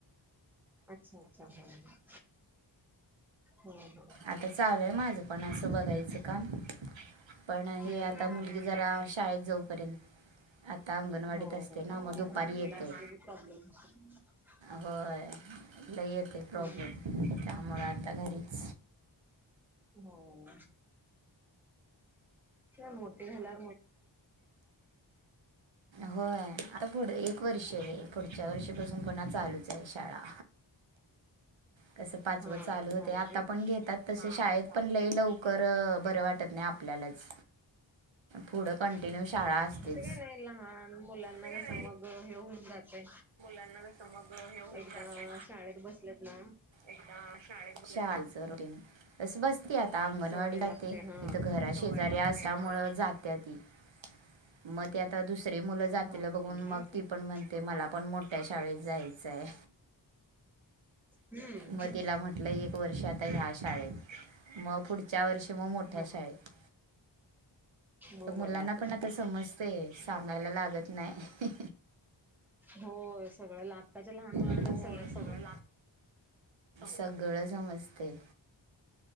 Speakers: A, in the centre; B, on the right.
A: अच्छा अच्छा, हम्म हम्म. हम्म हम्म.
B: आता चालूय माझं पण असं बघायचं काम. पण हे
A: हम्म
B: आता
A: हम्म
B: मुलगी
A: हम्म
B: जरा शाळेत जाऊपर्यंत. आता अंगणवाडीत
A: हो
B: असते
A: हो.
B: ना मग दुपारी
A: लहान मुलं
B: येते
A: असले की <unintelligible>
B: होय लई येतय प्रॉब्लेम
A: हम्म
B: त्यामुळ आता घरीच
A: हो. त्या मोटे झाला
B: होय. आता पुढ एक वर्ष हे पुढच्या वर्षीपासून पुन्हा चालूच आहे, शाळा. कसं पाचवं
A: मग हा
B: चालू होतय,
A: चालतय
B: आता
A: की
B: पण घेतात तशे शाळेत पण लई लव कर बरं वाटत नाही आपल्यालाच पुढं कंटिन्यू
A: हम्म.
B: शाळा असतेच
A: तसं काय नाही लहान मुलांना
B: काय
A: कसं मग हे होऊन जातय.
B: त्यांना कस मग हे हून
A: एकदा
B: जातय,
A: शाळेत बसलेत ना
B: एकदा चालतंय रूटीन तस बस ती आता अंगणवाडी
A: सवय
B: जाते,
A: लागते हा
B: इथं घरा शेजारी असल्यामुळ जात त्या ती म ते आता दुस री मुल जातेल
A: हा हा
B: बगुन मग
A: तेच
B: ती पण म्हणते, मला पण मो त्या शाळेत जायचंय
A: हम्म
B: म तिला म्हटलं एक वर्ष आता ह्या शाळेत म पुढच्या वर्ष की म मोठ्या
A: हा
B: शाळेत
A: मग
B: तर मुलांना
A: बरं आहे आपलं
B: पण आता समजतय सांगायला लागत नाही.
A: होय. सगळं ल आत्ताच्या लहान मुलांना
B: हो
A: तरी सगळच समज
B: सगळं सगळं समजतय